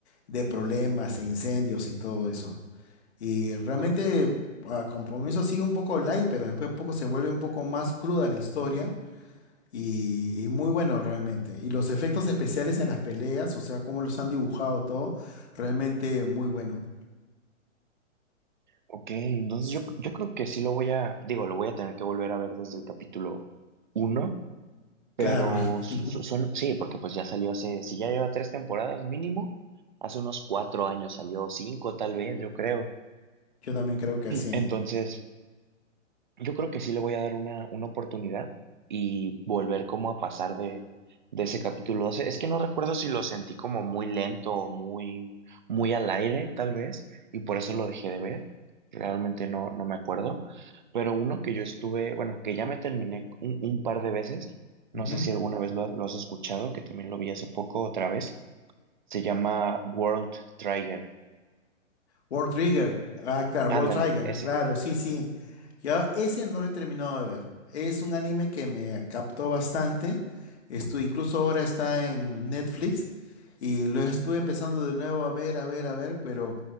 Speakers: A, on the left (about 55°); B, on the right (about 40°).
A: de problemas e incendios y todo eso. Y realmente
B: creo-
A: a compromiso sigue un poco light, pero después un poco se vuelve un poco más cruda la historia y, y muy bueno realmente. Y los efectos especiales en las peleas, o sea, cómo los han dibujado todo, realmente muy bueno.
B: Ok, entonces
A: Sí.
B: yo, yo creo que sí lo voy a, digo, lo voy a tener que volver a ver desde el capítulo uno pero
A: Claro, <laughs>
B: so- son, sí, porque pues ya salió hace, si ya lleva tres temporadas mínimo, hace unos cuatro años salió, cinco tal vez, yo creo.
A: yo también creo que así.
B: Entonces, Yo creo que sí le voy a dar una, una oportunidad y volver como a pasar de, de ese capítulo 12. Es que no recuerdo si lo sentí como muy lento o muy, muy al aire, tal vez, y por eso lo dejé de ver. Realmente no, no me acuerdo. Pero uno que yo estuve, bueno, que ya me terminé un, un par de veces,
A: Ujú.
B: no sé si alguna vez lo, lo has escuchado, que también lo vi hace poco otra vez, se llama World Trigger.
A: World Trigger. Ah, claro,
B: Ándale,
A: World Trigger.
B: ese.
A: Claro, sí, sí. Yo ese no lo he terminado de ver. Es un anime que me captó bastante. Estu- incluso ahora está en Netflix y lo estuve empezando de nuevo a ver, a ver, a ver, pero